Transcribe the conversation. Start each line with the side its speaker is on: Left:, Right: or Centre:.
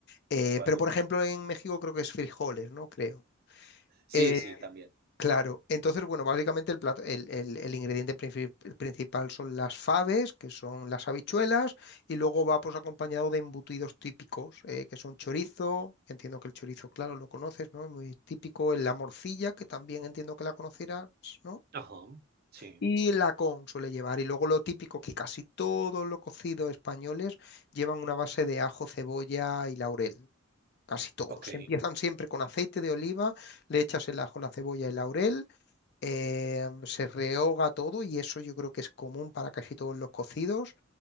Left: Eh,
Right: vale.
Left: pero por ejemplo en México creo que es frijoles, ¿no? Creo.
Right: Sí,
Left: Eh,
Right: sí, también.
Left: Claro, entonces, bueno, básicamente el, plato- el, el- el ingrediente princip- principal son las faves, que son las habichuelas, y luego va pues acompañado de embutidos típicos, eh, que son chorizo, que entiendo que el chorizo, claro, lo conoces, ¿no? Es muy típico, eh, la morcilla, que también entiendo que la conocerás, ¿no?
Right: Ajá, sí.
Left: Y la con suele llevar, y luego lo típico, que casi todos los cocidos españoles llevan una base de ajo, cebolla y laurel. Casi todos.
Right: Ok.
Left: Empiezan siempre con aceite de oliva, le echas el ajo, la cebolla y el laurel eh, se rehoga todo y eso yo creo que es común para casi todos los cocidos